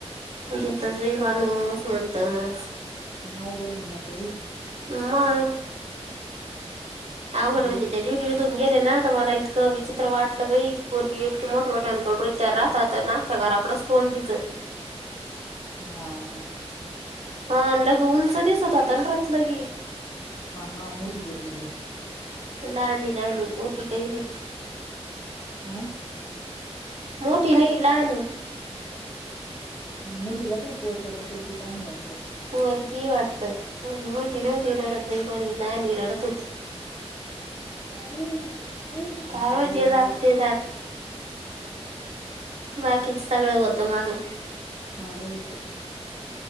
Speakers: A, on the right; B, on the left.
A: घेतच बाई माणूस नंतरच.
B: अवघडून जात व्हय की.
A: हमा. अवघड
B: जे
A: म्हणजे, त्या दिवशी हीतून गेले ना तर, मला इतकं विचित्र वाटलं बाई. पूर्वी इतके मोठमोठ्या रोडून त्या राहतात. आमच्या घराराकडच तोंड तिचं.
B: हा का.
A: हा आण लग ऊंच दिसत होता रतलंगी
B: हा, हा, मोठी पोरगी का?
A: लानी, लानी मोठी कय नाही
B: आ.
A: मोठी नइ लहानी
B: ह मोठीला काही पोरगं का पोरगी तानी हाय वाटतं?
A: पोरगी हाय वाटतं, पण मोठी नव्हती रडत हो पणी, लहानगी रडत होती
B: हा, ओ
A: काय माहित जे जात
B: हा
A: ते बाकीचं सगळं होतं माझं
B: सार होत.